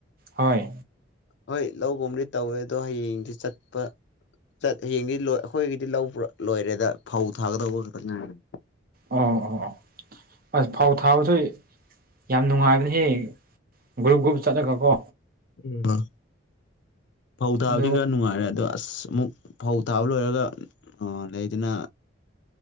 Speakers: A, on the right (about 50°); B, on the left (about 60°).
A: ꯍꯣꯏ
B: ꯍꯣꯏ ꯂꯒꯨꯝꯕꯗꯤ ꯇꯧꯋꯦ ꯑꯗꯣ ꯍꯌꯦꯡꯗꯤ ꯆꯠꯄ ꯍꯌꯦꯡꯗꯤ ꯑꯩꯈꯣꯏꯒꯤꯗꯤ ꯄꯨꯔꯥ ꯂꯣꯏꯔꯦꯗ ꯐꯧ ꯊꯥꯒꯗꯧꯕ ꯈꯛꯇ ꯉꯥꯏꯒ
A: ꯑꯣ ꯑꯣ ꯑꯣ ꯑꯁ ꯐꯧ ꯊꯥꯕꯁꯨ ꯌꯥꯝ ꯅꯨꯡꯉꯥꯏꯕꯅꯦ ꯍꯦꯛ ꯒ꯭ꯔꯨꯞ ꯒ꯭ꯔꯨꯞ ꯆꯠꯂꯒꯀꯣ
B: ꯎꯝ ꯐꯧ ꯊꯥꯕꯗꯤ
A: ꯑꯗꯨ
B: ꯈꯔ ꯅꯨꯡꯉꯥꯏꯔꯦ ꯑꯗꯣ ꯑꯁ ꯑꯃꯨꯛ ꯐꯧ ꯊꯥꯕ ꯂꯣꯏꯔꯒ ꯂꯩꯗꯅ